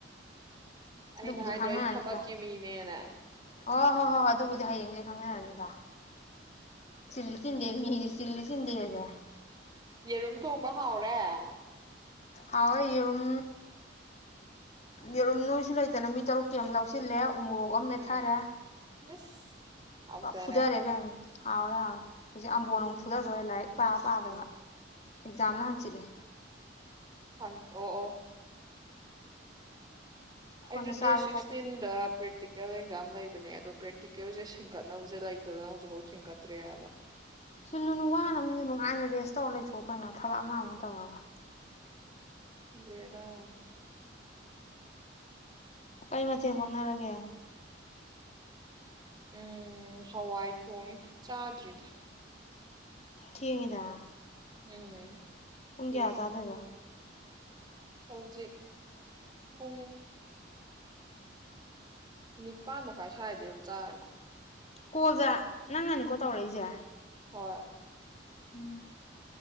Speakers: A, on the right (about 20°); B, on the left (about 35°).
A: ꯑꯩꯅ
B: ꯑꯗꯨꯕꯨꯗꯤ
A: ꯍꯥꯏꯗ꯭ꯔꯣꯗꯤ
B: ꯈꯪꯅꯔꯅꯤꯗ
A: ꯊꯕꯛꯀꯤ ꯃꯤꯅꯦꯅꯦ
B: ꯑꯣ ꯍꯣ ꯍꯣ ꯑꯗꯨꯕꯨꯗꯤ ꯍꯌꯦꯡ ꯗꯩ ꯈꯪꯅꯔꯅꯤꯗ ꯆꯤꯂꯤ ꯆꯤꯟꯗꯦ ꯃꯤ ꯆꯤꯂꯤ ꯁꯤꯗꯤꯒꯦ
A: ꯌꯦꯔꯨꯝ ꯊꯣꯡꯕ ꯍꯥꯎꯔꯦ
B: ꯍꯥꯎꯋꯏ ꯌꯦꯔꯨꯝ ꯌꯦꯔꯨꯝ ꯅꯣꯏꯁꯨ ꯂꯩꯇꯅ ꯃꯤ ꯇꯔꯨꯛꯀꯤ ꯑꯃ ꯂꯧꯁꯤꯜꯂꯦ ꯎꯃꯣꯔꯣꯛ ꯑꯃ
A: ꯎꯝ
B: ꯃꯦꯠꯊꯔꯦ
A: ꯏꯁ ꯍꯥꯎꯗꯔꯦ
B: ꯐꯨꯊꯔꯦ ꯀꯩꯅꯣ ꯍꯥꯎꯔꯦ ꯍꯥꯎꯔꯦ ꯍꯧꯖꯤꯛ ꯑꯝꯕꯣꯟ ꯑꯃꯅꯨꯡ ꯐꯨꯊꯗꯣꯏ ꯂꯥꯏꯔꯤꯛ ꯄꯥꯕꯗꯕ
A: ꯎꯝ
B: ꯑꯦꯛꯖꯥꯝꯅ ꯍꯪꯆꯤꯠꯅꯦ
A: ꯍ ꯑꯣ ꯑꯣ
B: ꯁꯣꯝꯗ
A: ꯑꯩ
B: ꯆꯥꯕꯤ
A: ꯗꯦ ꯁꯤꯁꯇꯤꯟ꯭ꯔꯦꯜ
B: ꯊꯛꯄꯤ
A: ꯑꯦꯛ ꯂꯩꯕꯅꯦ ꯑꯗꯣ ꯄ꯭ꯔꯦꯛꯇꯤꯀꯦꯜꯁꯦ ꯁꯤꯡꯀꯠꯅꯕꯁꯦ ꯂꯩꯇꯗꯅ ꯍꯧꯖꯤꯛꯐꯥꯎ ꯁꯤꯡꯀꯠꯇ꯭ꯔꯦ ꯍꯥꯏꯕ
B: ꯁꯤꯜꯂꯨꯅꯨ ꯋꯥꯅꯕ ꯃꯤ ꯅꯨꯡꯉꯥꯏꯅ ꯔꯦꯁ ꯇꯧꯔ ꯂꯩꯊꯣꯛꯑ ꯀꯣꯏꯩꯅꯣ ꯊꯕꯛ ꯑꯃ ꯑꯃ ꯇꯧꯔꯒ
A: ꯑꯔꯝ
B: ꯀꯔꯤ ꯃꯊꯦꯛ ꯍꯣꯠꯅꯔꯒꯦ
A: ꯎꯝ ꯍꯋꯥꯥꯏ ꯊꯣꯡꯉ ꯆꯥꯗ꯭ꯔꯤꯗ
B: ꯊꯗ
A: ꯎꯝ
B: ꯄꯨꯡ
A: ꯊꯦꯡ
B: ꯀꯌꯥ ꯆꯥꯗꯕ
A: ꯍꯧꯖꯤꯛ ꯎ ꯃꯤ ꯄꯥꯟꯗ ꯀꯁ ꯍꯥꯏꯗꯤ ꯑꯗꯨꯝ ꯆꯥꯡ
B: ꯀꯣꯜꯗ ꯅꯪꯅꯅꯤꯀꯣ ꯇꯧꯔꯛꯏꯁꯦ
A: ꯍꯣꯏ
B: ꯎꯝ